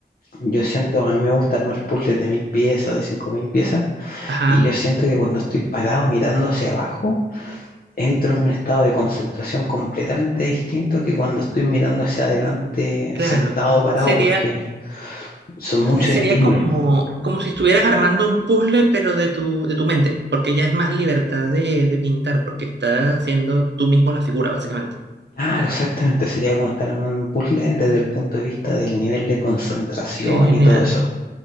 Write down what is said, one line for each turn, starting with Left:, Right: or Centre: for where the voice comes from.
Left: yo siento, a mí me gusta armar puzzles de mil piezas, de cinco mil piezas,
Right: Ajá,
Left: y yo siento que cuando estoy parado mirando hacia abajo, entro en un estado de concentración completamente distinto que cuando estoy mirando hacia adelante
Right: claro.
Left: sentado o parado
Right: Sería,
Left: porque son muchos
Right: sería
Left: estímulos.
Right: como, como si estuvieras armando un puzzle, pero de tu, de tu mente, porque ya es más libertad de, de pintar, porque estás haciendo tú mismo la figura, básicamente.
Left: Claro, exactamente, sería como estar armando un puzzle desde el punto de vista del nivel de concentración
Right: Qué genial.
Left: y todo eso.